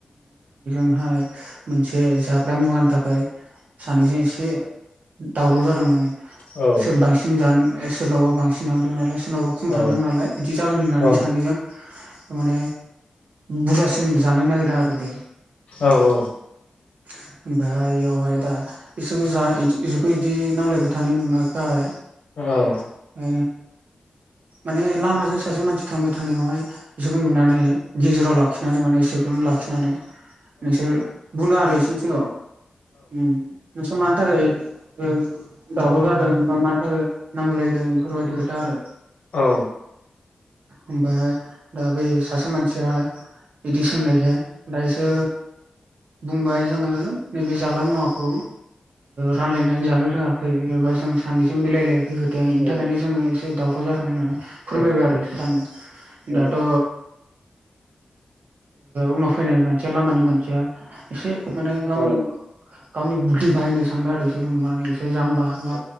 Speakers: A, on the right; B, on the left.
A: हाय मोनसे जाग्रा मुवानि थाखाय सानैजों एसे दावराव जादों माने
B: औ
A: सोर बांसिन जानो एसे सोरनवबा बांसिन थांदों नालाय। सोरनावबा खम
B: औ
A: थांदों नालाय बिदि जागोन होननानै
B: औ
A: सानो जों माने बुरजासिन जानो नागिरदों आरो दै।
B: औ औ।
A: <inaudible> ओमफ्रायहाय बेयावहाय दा बिसोरखौ जा बिसोरखौ बिदि नांलायबाय थानाय नुनायखाय
B: औ
A: ओ माने लामाजों सासे मानसि थांबाय थानायावहाय बिसोरखौ नुनानै गेजेराव लाखिनानै माने इसोरखौनो लाखिनानै नोंसोर बुङो आरो। मिथिगौ उम नोंसोर मानि थाखाय ओ दावराव जादों बा मानि थाखाय नांजलायदों बेफोरबायदि खोथा आरो।
B: औ।
A: ओमफ्रायहाय दा बै सासे मानसियाहाय बिदि सोंनायखाय दायोसो बुंबाय जोङो नैबे जाग्रा मुवाखौ रानलायनानै जानो रोङाखै फै एबा जों सानैजों मिलायलायाखै खोथाया बेनि थाखायनो जोङो एसे दावराव जादों होननानै फोरमायबाय आरो इसोर सानैया सानैया। दाथ' बेनि उनाव फैनायनि मानसिया लामानि मानसिया एसे माने गावनि गावनि बुदि बाहायनो सानबाय आरो एसेखौ नुनानै एसे जाम्बा बा